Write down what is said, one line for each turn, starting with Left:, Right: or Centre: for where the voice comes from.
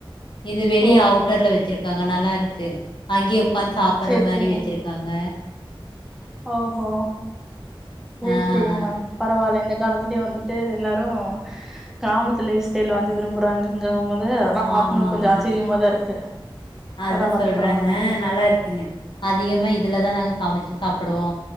Left: இது வெளிய
Centre: ஓ
Left: அவுட்டர்ல வெச்சிருக் காங்க நல்லாருக்கு அங்கயே உக்காந்து சாப்பர்ற
Centre: சேரி
Left: மாரி
Centre: செரிங்க
Left: வெச்சிருக்காங்க
Centre: ஓஹோ சரி
Left: ஆஹ்
Centre: சரிங்க மேடம் பரவால்ல இந்த காலத்துயே வந்துட்டு எல்லாரு கிராமத்து லைஃப் ஸ்டைல் வந்து விரும்புறாங்கங்க வந்து அதெல்லா பாக்கும்போது
Left: ஆமாங்க
Centre: கொஞ்ச ஆச்சரியமாதா இருக்கு
Left: அது
Centre: பரவால்ல
Left: சொல்றாங்க
Centre: பரவால்லைங்க
Left: நல்லா இருக்குங்க அ அதிகமா இதுலதா நாங்க சமைச்சு சாப்பிடுவோ